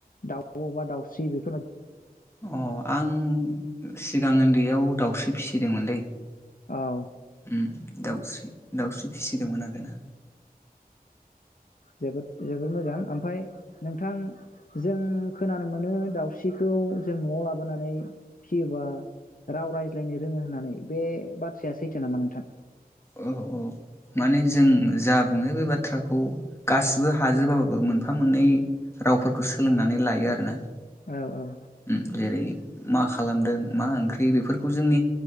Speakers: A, on the left; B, on the left.
A: दाउब' बा दाउस्रि बे
B: अ आं सिगां उन्दैयाव दाउस्रि फिसिदोंमोनलै।
A: औ।
B: उम दाउस्रि दाउस्रि फिसिदोंमोन आरोना।
A: जोबोद जोबोद मोजां। ओमफ्राय नोंथां जों खोनानो मोनो दाउस्रिखौ जों न'आव लाबोनानै फियोबा राव रायज्लायनो रोङो होननानै बे बाथ्राया सैथो नामा नोंथां।
B: औ औ माने जों जा बुङो बे बाथ्राखौ गासिबो हाजोबाबाबो मोनफा मोननै रावफोरखौ सोलोंनानै लायो आरोना।
A: औ औ।
B: उम जेरै मा खालामदों मा ओंख्रि बे बेफोरखौ जोंनि